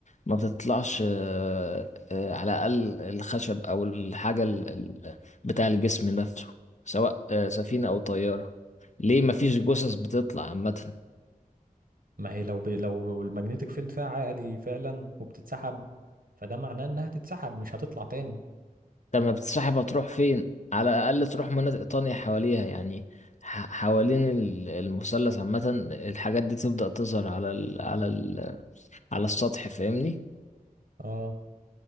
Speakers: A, on the left; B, on the right.
A: ما بتطلعش آه، آه، على الأقل الخشب أو الحاجة ال- ال- بتاع الجسم نفسه سواء آه، سفينة أو طيارة ليه ما فيش جثث بتطلع عامة
B: ما هي لو ب... لو الماجنتيك فيلد فيها عالي فعلا وبتتسحب فده معناه انها تتسحب مش هتطلع تاني
A: طب ما بتسحب هتروح فين على الاقل تروح مناطق تانية حواليها يعني ح- حوالين ال- المثلث عامة الحاجات دي تبدأ تظهر على ال على ال على السطح فاهمني
B: اه